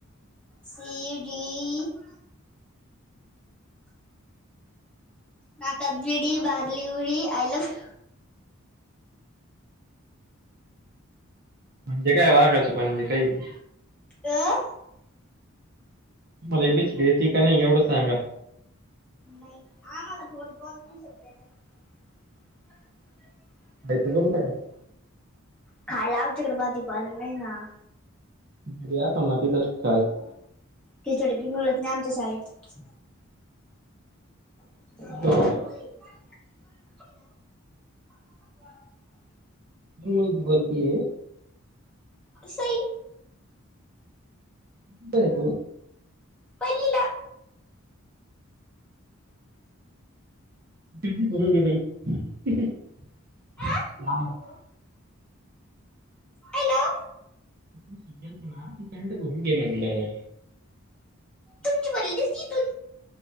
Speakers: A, in the centre; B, on the right (about 40°).
A: C, D, E नाकात विडी मारली उडी आय लव्ह यू.
B: म्हणजे काय वाघाचे पणजे काही बि.
A: आं.
B: तुम्हाला ए बी सी डी येती का नाही एवढं सांगा.
A: नाही आम्हाला थोड दोन तीन शब्द येत्या फक्तं. <unintelligible>
B: काय तर जमतं का
A: खायला आच्याकडे भाजीपालं नाही नाही ना‌.
B: दिदी असल‌ना तिथं शाळेत.
A: खिचडी बी मिळत नाई आमच्या शााळेत. <unintelligible>
B: हॅलो
A: <unintelligible>
B: कोण मुलगी बोलतीये?
A: सई.
B: कुठं हाय तु?
A: पयलीला.
B: <unintelligible>
A: आ हॅलो
B: तू शिकेल की त्यांच होऊन गेललय.
A: तुमची बनियण दिसती इथून